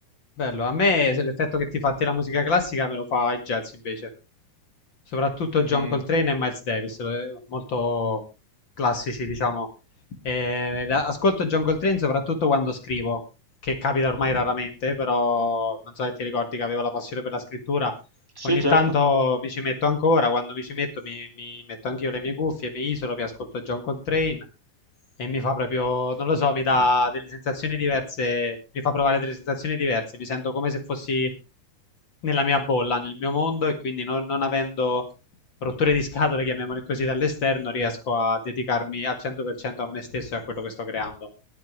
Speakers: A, on the left; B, on the right.
A: Bello. A me se l'effetto che ti fatti la musica classica me lo fa il jazz, invece. Soprattutto John
B: Mm,
A: Coltrane e Miles Davis, eh, molto classici, diciamo. Eh, la- ascolto John Coltrane soprattutto quando scrivo, che capita ormai raramente, però non so se ti ricordi che avevo la passione per la scrittura.
B: Sì,
A: Ogni
B: certo,
A: tanto mi ci metto ancora, quando mi ci metto mi, mi metto anch'io le mie cuffie, mi isolo, mi ascolto John Coltrane e mi fa proprio, non lo so, mi dà delle sensazioni diverse, mi fa provare delle sensazioni diverse, mi sento come se fossi nella mia bolla, nel mio mondo e quindi non, non avendo rotture di scatole, chiamiamole così, dall'esterno, riesco a dedicarmi al 100% a me stesso e a quello che sto creando.